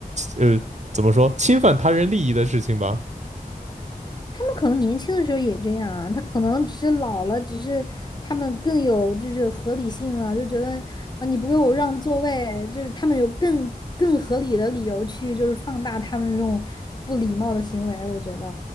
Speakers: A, on the right; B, on the left.
A: 呃，怎么说，侵犯他人利益的事情吧。
B: 他们可能年轻的时候也这样啊，他可能只是老了，只是他们更有就是合理性了，就觉得啊你不给我让座位，就是他们有更更合理的理由去就是放大他们这种不礼貌的行为，我觉得。